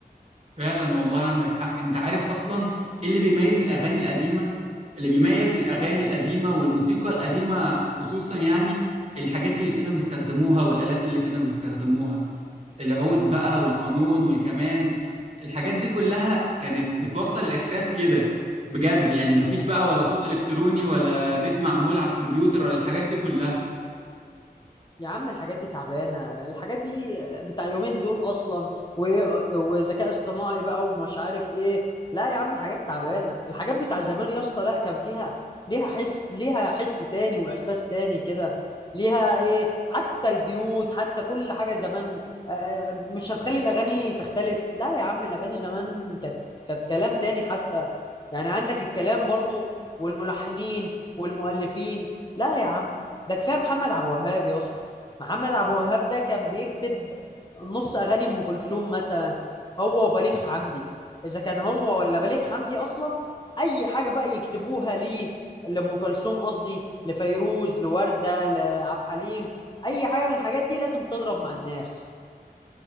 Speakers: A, on the right; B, on the left.
A: فعلا والله عندك حق انت عارف اصلا ايه اللي بيميز الاغاني القديمه اللي بيميز الاغاني القديمه والموسيقى القديمه خصوصا يعني الحاجات اللي كانوا بيستخدموها والالات اللي كانوا بيستخدموها العود بقى والقانون والكمان الحاجات دي كلها كانت بتوصل الاحساس كده بجد يعني مفيش بقى ولا صوت الكتروني ولا بيت معمول على الكمبيوتر ولا الحاجات دي كلها
B: يا عم الحاجات دي تعبانة الحاجات دي بتاع يومين دول أصلا و- وذكاء اصطناعي بقى ومش عارف إيه لا يا عم حاجات تعبانة الحاجات بتاع زمان يا اسطى لا كان فيها ليها حس ليها حس تاني وإحساس تاني كده ليها إيه حتى البيوت حتى كل حاجة زمان آه، مش هتخلي الأغاني تختلف لا يا عم الأغاني زمان كانت كانت كلام تاني حتى يعني عندك الكلام برضو والملحنين والمؤلفين لا يا عم ده كفاية محمد عبد الوهاب يا اسطى محمد عبد الوهاب ده كان بيكتب نص اغاني ام كلثوم مثلا هو وبليغ حمدي اذا كان هو ولا بليغ حمدي اصلا اي حاجه بقى يكتبوها ليه لام كلثوم قصدي لفيروز لورده لعبد الحليم اي حاجه من الحاجات دي لازم تضرب مع الناس